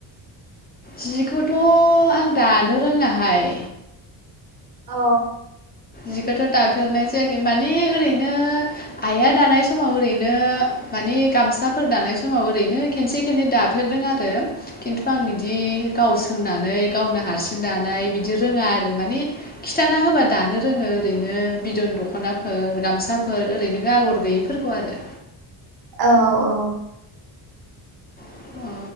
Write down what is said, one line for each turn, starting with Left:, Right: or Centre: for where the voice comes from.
Left: जिखौथ' आं दानो रोङाहाय।
Right: अ अ
Left: जिखौथ' दाफेरनाय जायाखै माने ओरैनो आइआ दानाय समाव ओरैनो माने गामसाफोर दानाय समाव ओरैनो खेनसे खेननै दाफेरदों आरो खिन्थु आं इदि गाव सोंनानै गावनो हारसिं दानाय बिदि रोङा आरो माने खिथाना होबा दानो रोङो ओरैनो बिद'न दख'नाफोर गामसाफोर ओरैनो आगर गैयिफोरखौ आरो
Right: <inaudible> औ औ
Left: अ